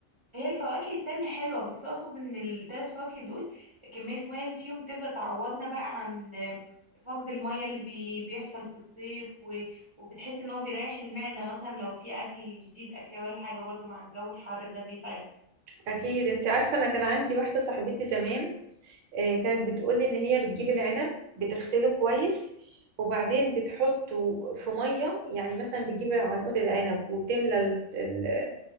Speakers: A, on the right; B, on the right.
A: هي الفواكه التانية حلوة بس اقصد ان التلات فواكه دول كمية المية اللي فيهم تبدأ تعوضنا بقى عن آه، فقد المية اللي بي بيحصل في الصيف و... وبتحس ان هو بيريح المعدة مثلا لو في اكل جديد اكله ولا حاجة برضو مع الجو الحر ده بيتعب
B: اكيد انت عارفة انا كان عندي واحدة صاحبتي زمان آه، كانت بتقولي إن هي بتجيب العنب بتغسله كويس وبعدين بتحطه في مية يعني مثلا بتجيب عنقود العنب وتملى ال- ال-